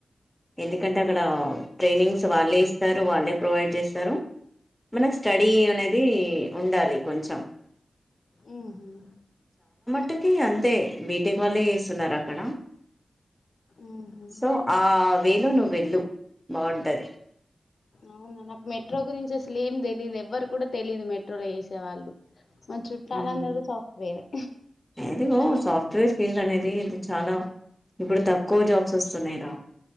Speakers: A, in the centre; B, on the left.
A: ఎందుకంటే అక్కడ ట్రైనింగ్స్ వాళ్ళే ఇస్తారు వాళ్ళే ప్రొవైడ్ చేస్తారు మన స్టడీ అనేది ఉండాలి కొంచెం
B: మ్మ్ హ్మ్
A: ఇటుకి అంతే బీటెక్ వాళ్ళే వేస్తున్నారు అక్కడ
B: ఉహు
A: సో ఆ వేలో నువ్వు వెళ్ళు బాగుంటది
B: అవునా నాకు మెట్రో గురించి అస్ ఏం తెలియదు ఎవ్వరు కూడా తెలియదు మెట్రోలో చేసే వాళ్ళు మ చుట్టాలు
A: ఉమ్,
B: అందరు సాఫ్ట్వేరే
A: అదిగో సాఫ్ట్వేర్ ఫీల్డ్ అనేది ఇది చాలా ఇప్పుడు తక్కువ జాబ్స్ వస్తున్నాయి రా